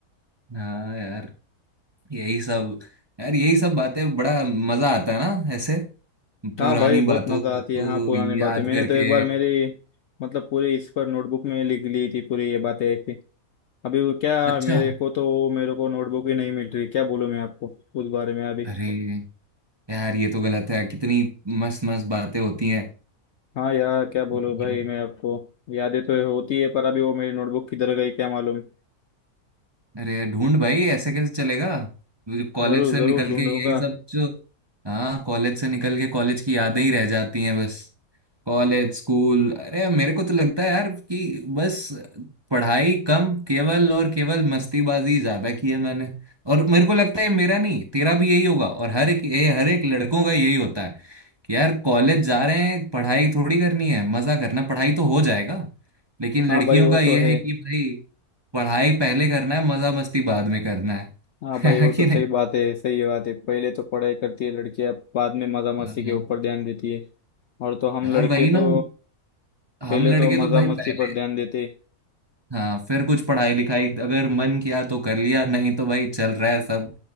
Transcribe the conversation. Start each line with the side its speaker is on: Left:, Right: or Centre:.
Right: हाँ यार यही सब यार यही सब बातें बड़ा मजा आता है ना ऐसे
Left: हाँ
Right: पुरानी
Left: भाई बहुत
Right: बातों
Left: मज़ा
Right: को
Left: आती है हाँ पुरानी
Right: याद
Left: बातें मैंने
Right: करके
Left: तो एक बार मेरी मतलब पूरी इस पर नोटबुक में लिख ली थी पूरी ये बातें ऐसी अभी वो क्या
Right: अच्छा
Left: मेरे को तो वो मेरे को नोटबुक ही नहीं मिल रही क्या बोलूँ मैं आपको उस बारे में अभी
Right: अरे यार ये तो गलत है कितनी मस्त मस्त बातें होती
Left: हाँ यार क्या बोलूं
Right: हैं
Left: भाई मैं आपको यादें तो होती है पर अभी वो मेरी नोटबुक किधर गई क्या मालूम
Right: अरे यार, ढूंढ भाई ऐसे कैसे चलेगा कॉलेज
Left: जरूर
Right: से
Left: जरूर
Right: निकल
Left: ढूंढूंगा
Right: के यही सब जो हाँ कॉलेज से निकल के कॉलेज की यादें ही रह जाती हैं बस कॉलेज स्कूल अरे यार, मेरे को तो लगता है यार कि बस पढ़ाई कम केवल और केवल मस्तीबाजी ज्यादा की है मैंने और मेरे को लगता है ये मेरा नहीं तेरा भी यही होगा और हर एक ये हर एक लड़कों का यही होता है कि यार कॉलेज जा रहे हैं पढ़ाई थोड़ी करनी है मजा करना पढ़ाई तो हो जाएगा लेकिन
Left: हाँ
Right: लड़कियों
Left: भाई वो
Right: का ये
Left: तो है
Right: है कि भाई पढ़ाई पहले करना है मजा मस्ती बाद में करना
Left: हाँ भाई
Right: है <laughs>
Left: वो
Right: है कि
Left: तो
Right: नहीं
Left: सही बात है सही बात है पहले तो पढ़ाई करती है लड़कियां बाद में मजा मस्ती
Right: हाँ,
Left: के ऊपर ध्यान देती है और तो हम
Right: यार
Left: लड़के
Right: वही ना
Left: तो
Right: हम
Left: पहले
Right: लड़के
Left: तो मजा
Right: तो भाई
Left: मस्ती
Right: पहले
Left: पर ध्यान देते
Right: हाँ फिर कुछ पढ़ाई लिखाई अगर मन किया तो कर लिया नहीं तो भाई चल रहा है सब